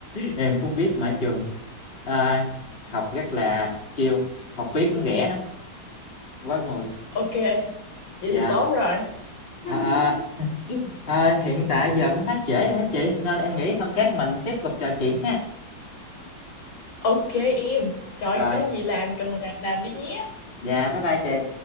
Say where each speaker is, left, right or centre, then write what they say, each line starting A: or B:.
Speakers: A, on the left; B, on the left.
A: Em cũng biết mà trường à, học rất là chill, học phí cũng rẻ lắm, quá ngồi.
B: ok vậy
A: Dạ.
B: thì tốt rồi <laughs>
A: À, à, <laughs> à, hiện tại giờ cũng khá trễ rồi hả chị, nên em nghĩ hôm khác mình tiếp tục trò chuyện ha.
B: ok em rồi
A: Rồi,
B: có gì làm cần làm làm đi nhé
A: dạ bye bye chị.